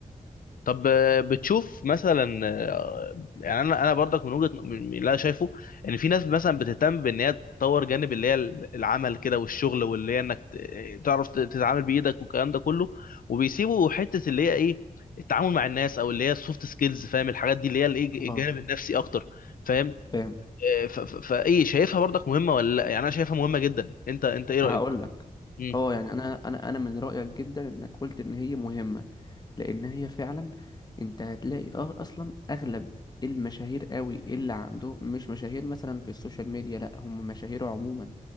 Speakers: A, on the left (about 75°); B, on the left (about 30°).
A: طب آه، بتشوف مثلا آه، يعني انا انا برضك من وجهه من من اللي انا شايفه ان في ناس مثلا بتهتم بان هي تطور جانب اللي هي العمل كده والشغل واللي هي انك ت- تعرف ت- تتعامل بايدك والكلام ده كله وبيسيبوا حته اللي هي ايه التعامل مع الناس او اللي هي السوفت سكيلز فاهم الحاجات دي اللي هي الايه
B: اه
A: الجانب النفسي اكتر فاهم
B: فاهم
A: آه، ف- ف- فايه شايفها برضك مهمه ولا لا يعني انا شايفها مهمه جدا انت انت ايه
B: هقول
A: رايك
B: لك
A: مم.
B: اه يعني انا انا انا من رأيك جدا انك قلت ان هي مهمة لان هي فعلا انت هتلاقي اه اصلا اغلب المشاهير قوي اللي عندهم مش مشاهير مثلا في السوشيال ميديا لا هم مشاهير عموما